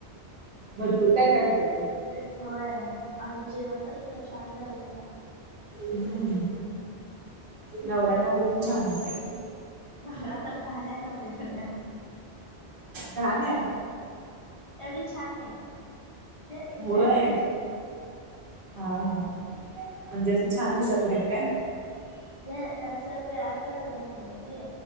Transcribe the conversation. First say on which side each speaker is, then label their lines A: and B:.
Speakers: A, on the right (about 60°); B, on the left (about 40°).
A: भरपूर काय काय होतं ते
B: होय आणि जेवण तर इतकं छान झालेलं ना खूपच
A: हम्म
B: नसतं
A: नवरा नवरी पण छान होते
B: नवरा पण काान आहे नवर पण का
A: घाण आहे
B: एवढी छान नाही म्हणजे तशी
A: होय
B: बऱ्यापैकी आहे
A: हा हा म्हणजे असं छान दिसत नाहीत काय
B: म्हणजे जरा असं वेळाने लग्न झालंय की